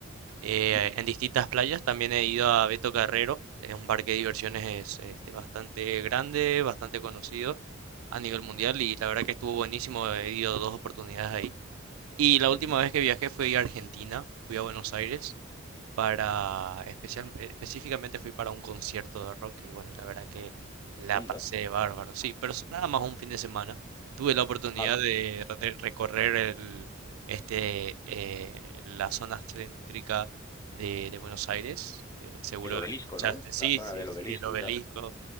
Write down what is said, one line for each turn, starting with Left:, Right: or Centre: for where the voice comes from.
Right: eh,
Left: ¿Mm?
Right: en distintas playas. También he ido a Beto Carrero, es un parque de diversiones es, este, bastante grande, bastante conocido a nivel mundial y la verdad que estuvo buenísimo. He ido dos oportunidades ahí. Y la
Left: ¿Mm?
Right: última vez que viajé fui a Argentina, fui a Buenos Aires para especial, específicamente fui para un concierto de rock y bueno, y la verdad que la
Left: ¿Onda?
Right: pasé bárbaro. Sí, pero es nada más un fin de semana. Tuve la oportunidad
Left: Ah,
Right: de, re- de recorrer el, este, eh, la zona céntrica de, de Buenos Aires. eh, seguro
Left: el obelisco,
Right: escuchaste.
Left: ¿no?
Right: Sí,
Left: La zona
Right: sí,
Left: del
Right: sí,
Left: obelisco
Right: el obelisco
Left: y tal.